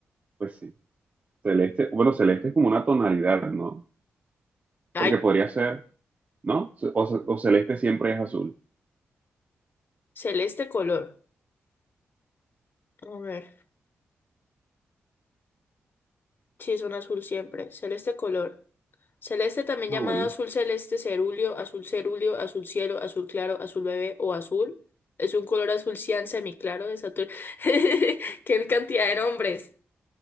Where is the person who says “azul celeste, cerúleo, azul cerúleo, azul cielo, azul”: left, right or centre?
Left